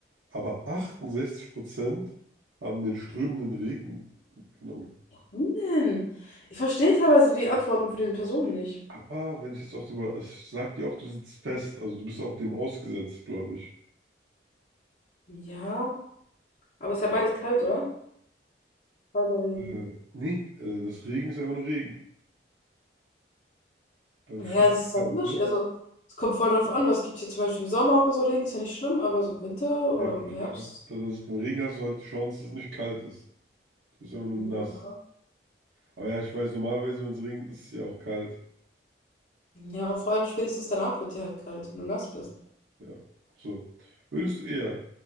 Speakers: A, on the right; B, on the left.
A: aber 68% haben den strömenden Regen genommen.
B: Warum denn? Ich verstehe teilweise die Antworten von diesen Personen nicht.
A: Aber wenn ich jetzt auch drüber, es sagt dir auch, du sitzt fest, also du bist auch dem ausgesetzt, glaube ich.
B: Ja. Aber es ist ja beides kalt, oder? Kalter Regen.
A: Äh, nee, äh, das Regen ist einfach nur Regen. Beim
B: Naja,
A: starken
B: es ist
A: kalten
B: halt unterschiedlich.
A: Wind,
B: Also, es kommt voll drauf an, was es gibt hier zum Beispiel im Sommer so Regen, ist ja nicht schlimm, aber so im Winter oder
A: ja, ich
B: im Herbst.
A: glaub, das ist, beim Regen hast du halt die Chance, dass es nicht kalt ist. Du bist einfach nur
B: Ja.
A: nass. Aber ja, ich weiß, normalerweise, wenn es regnet, ist es ja auch kalt.
B: Ja, und vor allem spätestens danach wird dir halt kalt, wenn du nass bist.
A: Ja, so. Würdest du eher